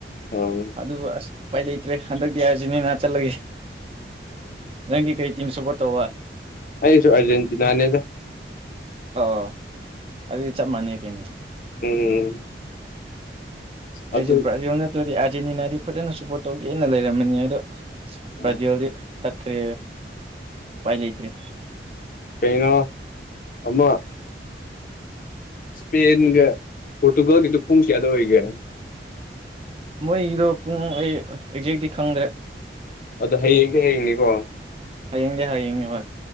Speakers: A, on the left; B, on the right.
A: ꯑ
B: ꯑꯗꯨ ꯑꯁ ꯎꯄꯥꯏ ꯂꯩꯇ꯭ꯔꯦ ꯍꯟꯗꯛꯇꯤ ꯑꯥꯔꯖꯤꯅꯦꯅꯥ ꯆꯠꯂꯒꯦ ꯅꯪꯒꯤ ꯀꯩ ꯇꯤꯝ ꯁꯄꯣ ꯇ
A: ꯑꯩꯁꯨ ꯑꯥꯔꯖꯦꯟꯇꯤꯅꯥꯅꯦꯗ
B: ꯑ ꯑꯗꯨꯗꯤ ꯆꯞ ꯃꯥꯟꯅꯩ ꯀꯩꯅꯣ
A: ꯎꯝ ꯑꯗꯨ
B: ꯑꯩꯁꯦ ꯕ꯭ꯔꯥꯖꯤꯜ ꯅꯠꯇ꯭ꯔꯗꯤ ꯑꯥꯔꯖꯦꯟꯇꯤꯅꯥꯗꯤ ꯐꯖꯅ ꯁꯨꯄꯣꯔꯠ ꯇꯧꯒꯦꯅ ꯂꯩꯔꯝꯃꯅꯤ ꯑꯗꯣ
A: ꯑꯥ
B: ꯭ꯔꯖꯜꯗꯤ ꯇꯈꯔꯤ ꯄꯥꯏ ꯂꯩꯇꯔꯤ
A: ꯀꯩꯅꯣ ꯑꯃ ꯏꯁꯄꯦꯟꯒ ꯄꯣꯔꯇꯨꯒꯥꯜꯒꯤꯗꯣ ꯄꯨꯡ ꯀꯌꯥꯗ ꯑꯣꯏꯒꯦ
B: ꯃꯣꯏꯒꯤꯗꯣ ꯄꯨꯡ ꯑꯩ ꯑꯦꯛꯖꯦꯛꯇꯤ ꯈꯪꯗ꯭ꯔꯦ
A: ꯑꯗꯣ ꯍꯌꯦꯡꯁ ꯍꯌꯦꯡꯅꯤꯀꯣ
B: ꯍꯌꯦꯡꯗꯤ ꯍꯌꯦꯡꯅꯦ ꯍꯣꯏ